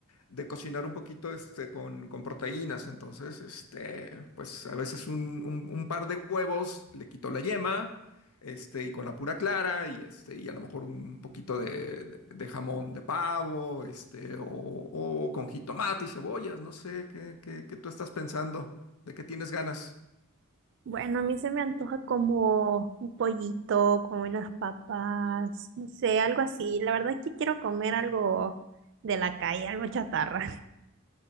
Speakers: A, on the left; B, on the right.
A: de cocinar un poquito este, con, con proteínas, entonces, este, pues a veces un, un- un par de huevos, le quito la yema, este, y con la pura clara, y este, y a lo mejor un poquito de, de- de jamón de pavo, este, o, o con jitomate y cebollas, no sé, ¿qué, qué, qué tú estás pensando? ¿De qué tienes ganas?
B: Bueno, a mí se me antoja como un pollito, como unas papas, no sé, algo así. La verdad es que quiero comer algo de la calle, algo chatarra.